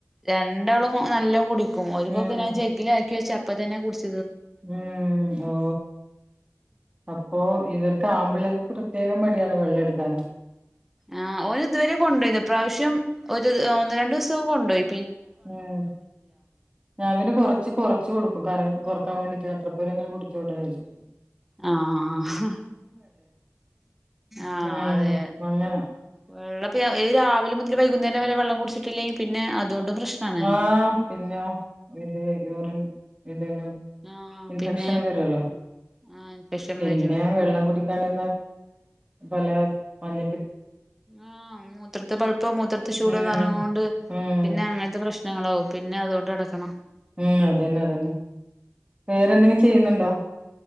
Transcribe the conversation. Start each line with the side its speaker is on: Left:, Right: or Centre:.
Centre: രണ്ടാളും നല്ലോ കുടിക്കും ഒരുക്കൊക്കെ
Right: ഉം
Centre: ഞാൻ ജഗ്ഗില ആക്കി വെച്ച അപ്പ തന്നെ കുിച്ച
Right: ഉം ഓ അപ്പൊ ഇവർക്ക് ആമ്പിളേർക്ക് പ്രത്യേകം പടിയാണ് വെള്ളം എടുക്കാനും
Centre: ആഹ് ഒഓന് ഇതുവരെ കൊണ്ടു പോോയിന്ന ഇ പ്ര്രാവശ്യം ഒരു ഒന്ന് രണ്ടു ദിവസംൊക്കെ കൊണ്ടു പോോയി
Right: ഉം ഞാവിന് കൊറച്ച് കൊറച്ച് കൊടുക്കും കാരണം കുറക്കാൻ വേണ്ടയിട്ട് എത്രേരെങ്കിലുംടിച്ചോട്ട നയിച്ചിട്ടണ്ട്
Centre: ആഹ ആഹ
Right: ഉം
Centre: അതെ
Right: അങ്ങനെ
Centre: വെള്ള രാവിലെ മുതൽ വൈകുന്നേരം വരെ വെള്ളം കുടിച്ചിട്ടില്ലെങ്കിൽ പിന്നെ അതുകൊണ്ടും പ്രശ്നാണേ
Right: ആഹ പിന്നെ ഇത് യൂറൻ ഇതെല്ലാം
Centre: ആഹ്
Right: ഇൻഫെക്ഷൻ
Centre: പിന്നെ
Right: വരുല്ലോ
Centre: ആഹ് ഇൻഫെക്ഷൻ
Right: പിന്നെ
Centre: വരും
Right: വെള്ളം കുടിക്കാന്ന ല മഞ്ഞ
Centre: ആ മൂത്രത്തെ പഴുപ്പം മൂത്രത്തി ചൂട്
Right: ഉം
Centre: നിറങ്ങൊണ്ട്
Right: ഉം
Centre: പിന്നെ അങ്ങനത്തെ പ്രശ്നം പ്രശ്നങ്ങളോ പിന്നെ അതുകൊണ്ട് നടക്കണം
Right: ഉം അതന്നെ അതന്നെ വേറെന്തെങ്കിലും ചെയ്യുന്നുണ്ടോ